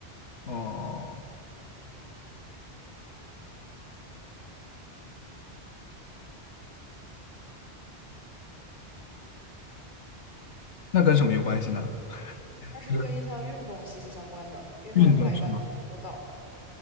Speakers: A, on the left; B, on the left.
A: 哦，那跟什么有关系呢？
B: 它是跟一项运动息息相关的，
A: 是
B: 运动的话一般都会用得到。
A: 运动是吗？